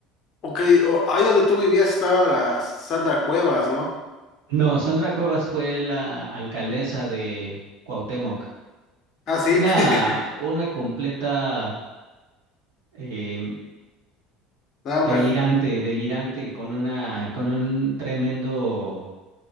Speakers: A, on the left; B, on the right.
A: Ok, o- ahí donde tú vivías estaba la Sandra Cuevas, ¿no?
B: No, Sandra Cuevas fue la alcaldesa de Cuauhtémoc.
A: Ah, sí.
B: Una,
A: <laughs>
B: una completa eh,
A: Ah,
B: delirante,
A: una.
B: delirante, con una, con un tremendo,